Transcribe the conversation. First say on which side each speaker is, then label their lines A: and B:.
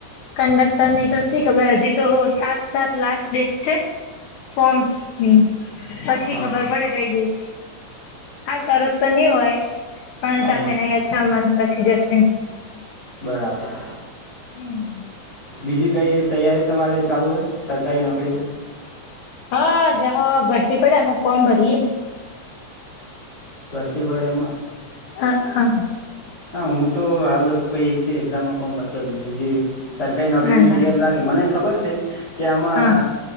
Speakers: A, on the left (about 80°); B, on the left (about 30°).
A: કંડક્ટર ની તો શી ખબર હજી તો સાત સાત લાસ્ટ ડેટ છે ફોર્મની પછી
B: હા
A: ખબર પડે કઈ ડેટ હાલ તરત તો નઈ હોય ત્રણ
B: હા
A: ચાર
B: હા
A: મહિના યા છ મથ પછી જશે
B: બરાબર
A: હમ્મ
B: બીજી કંઈ તૈયારી તમારે ચાલુ હોય સરકારી નોકરી કંઈ
A: હા જેમાં ભરતી પડે એમાં ફોર્મ ભરીએે
B: ભરતી પળે એમાં
A: હ હ
B: હા હું તો હાલ કોઈ એકે એઝામ ફોર્મ ભરતો જ નથી જે સરકારી નોકરીની
A: ના ના
B: તૈયારી લાગે મને ખબર છે કે આમાં
A: હા